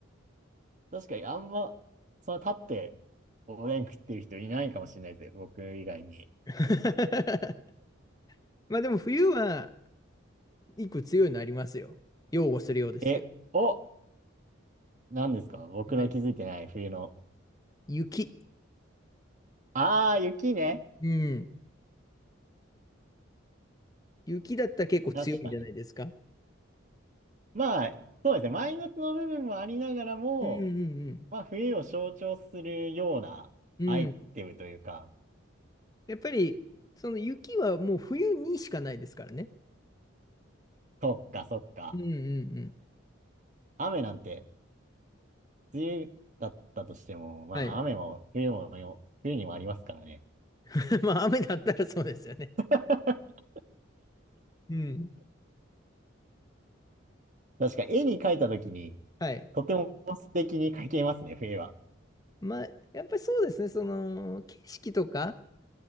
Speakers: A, on the right (about 40°); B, on the left (about 20°).
A: 確かに、あんま、その立っておでん食ってる人いないかもしれないですよ。僕以外に。
B: <laughs> まあでも冬は一個強いのありますよ。擁護するようですけど。
A: え、お、何ですか僕の気づいてない冬の
B: やっぱりね雪。
A: ああ、雪ね。
B: うん。雪だったら結構強いんじゃないですか。
A: 確かに。まあ、そうですね。マイナスの部分もありながらも、
B: うんうん
A: まあ、冬を象徴するようなアイテムというか、
B: うん。うん。やっぱり、その雪はもう冬にしかないですからね。
A: そっかそっか。
B: うんうんうん。
A: 雨なんて、梅雨だったとしても、まあ、
B: はい。
A: 雨も冬もよ、冬にもありますからね。
B: <laughs> まあ雨だったらそうですよね。
A: <laughs>
B: うん。
A: 確か、絵に描いたときに、
B: はい。
A: とても素敵に描けますね、冬は。
B: まあ、やっぱりそうですね。その、景色とか、